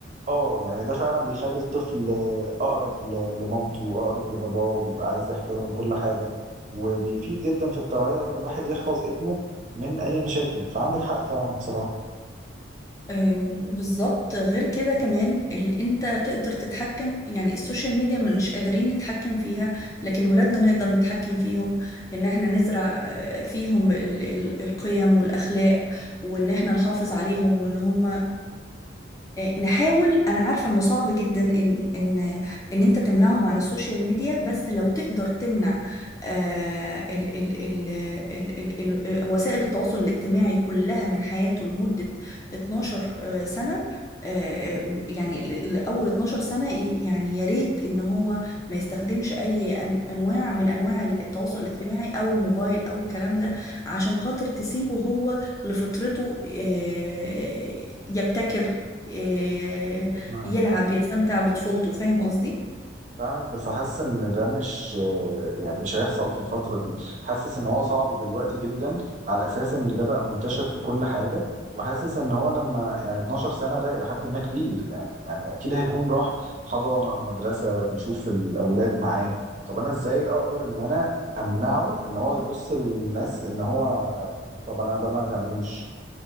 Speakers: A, on the right (about 40°); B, on the left (about 15°).
A: اه يعني ده فعلا بيخلي الطفل اقرب ل- لمامته واقرب لباباه وبيبقى عايز يحترم كل حاجه وبيفيد جدا في التوعيه وان الواحد يحفظ ابنه من اي مشاكل فعندك حق فعلا بصراحه
B: آم، بالظبط غير كده كمان ال... انت تقدر تتحكم يعني السوشيال ميديا مش قادرين نتحكم فيها لكن ولادنا نقدر نتحكم فيهم ان احنا نزرع آه، فيهم ال... ال... القيم والاخلاق وان احنا نحافظ عليهم وان هم نحاول انا عارفه انه صعب جدا ان ان ان انت تمنعهم عن السوشيال ميديا بس لو تقدر تمنع آه، ال ال ال ال ال ال وسائل التواصل الاجتماعي كلها من حياته لمده 12 آه، سنه آه، آه، يعني ل- لأول 12 سنة ي- يعني يا ريت إن هو ما يستخدمش أي أن- أنواع من أنواع التواصل الاجتماعي أو الموبايل أو الكلام ده عشان خاطر تسيبه هو لفطرته آه، يبتكر آه،
A: آه.
B: يلعب يستمتع بطفولته فاهم قصدي؟
A: فاهمك بس حاسس ان ده مش يعني مش هيحصل في الفتره دي حاسس ان هو صعب دلوقتي جدا على اساس ان ده بقى منتشر في كل حاجه وحاسس ان هو لما يعني 12 سنه ده الى حد ما كبير يعني يعني اكيد هيكون راح حضانه او مدرسه بيشوف الاولاد معاه طب انا ازاي اقدر ان انا امنعه ان هو يبص للناس ان هو طب انا ده ما تعملوش